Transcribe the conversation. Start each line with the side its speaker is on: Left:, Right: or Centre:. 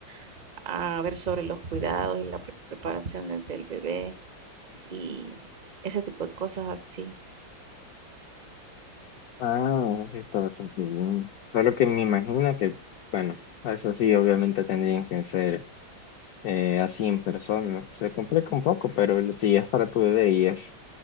Right: a, a ver sobre los cuidados y las pre- preparaciones del bebé y ese tipo de cosas así.
Left: Ah, sí, está bastante bien. Solo que me imagino que, bueno, eso sí, obviamente tendrían que ser eh, así en persona. Se complica un poco, pero el- si es para tu bebé y es